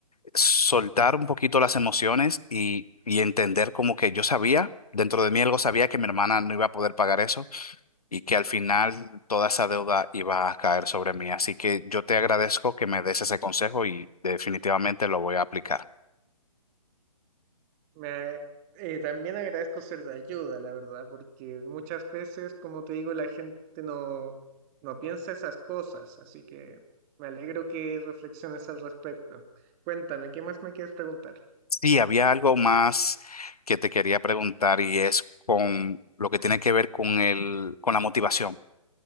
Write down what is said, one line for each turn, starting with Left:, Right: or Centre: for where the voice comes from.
Left: soltar un poquito las emociones y, y entender como que yo sabía, dentro de mí algo sabía que mi hermana no iba a poder pagar eso y que al final toda esa deuda iba a caer sobre mí. Así que yo te agradezco que me des ese consejo y definitivamente lo voy a aplicar.
Right: Me, eh, también agradezco ser de ayuda, la verdad, porque muchas veces, como te digo, la gente no, no piensa esas cosas, así que me alegro que reflexiones al respecto. Cuéntame, ¿qué más me quieres preguntar?
Left: Sí, había algo más que te quería preguntar y es con lo que tiene que ver con el, con la motivación.